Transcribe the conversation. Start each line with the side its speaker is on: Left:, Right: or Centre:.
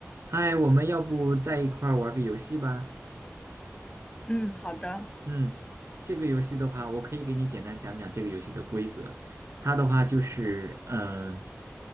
Right: 嗨，我们要不在一块儿玩个游戏吧？
Left: 嗯，好的，
Right: 嗯，这个游戏的话，我可以给你简单讲讲这个游戏的规则。它的话就是，嗯、